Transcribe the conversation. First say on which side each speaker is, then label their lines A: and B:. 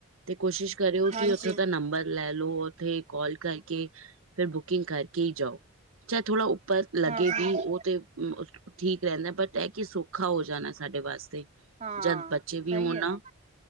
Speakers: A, on the right (about 75°); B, on the right (about 35°).
A: ਤੇ ਕੋਸ਼ਿਸ਼ ਕਰਿਓ।
B: ਹਾਂਜੀ
A: ਕਿ ਉੱਥੋਂ ਦਾ ਨੰਬਰ ਲੈ ਲਓ। ਉੱਥੇ ਕਾਲ ਕਰਕੇ ਫਿਰ ਬੁਕਿੰਗ ਕਰਕੇ ਹੀ ਜਾਓ। ਚਾਹੇ ਥੋੜਾ ਪਰ ਲੱਗੇ
B: ਹਾਂ ਹਾਂ
A: ਵੀ ਉਹ ਤਾਂ ਠੀਕ ਰਹਿੰਦਾ। ਬਟ ਇਹ ਕਿ ਸੌਖਾ ਹੋ ਜਾਣਾ ਸਾਡੇ ਵਾਸਤੇ
B: ਹਾਂ
A: ਜਦ ਬੱਚੇ ਵੀ
B: ਸਹੀ
A: ਹੋਣ
B: ਹੈ
A: ਨਾ
B: ਨਾਂ।